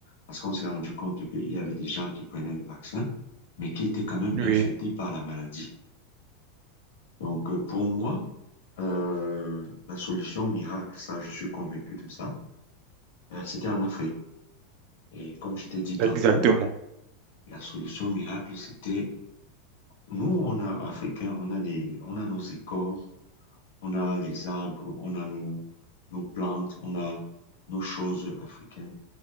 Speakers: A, on the left; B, on the right.
A: Parce qu'on s'est rendu compte qu'il y avait des gens qui prenaient le vaccin, mais qui étaient quand même
B: Mhm.
A: infectés
B: Oui,
A: par la maladie. Donc, euh, pour moi, euh, la solution miracle, ça, je suis convaincu de ça, euh, c'était en Afrique. Et comme je t'ai dit tantôt,
B: exactement.
A: la solution miracle, c'était nous, on a Africains, on a les, on a nos écoles, On a les arbres, on a nos, nos plantes, on a nos choses africaines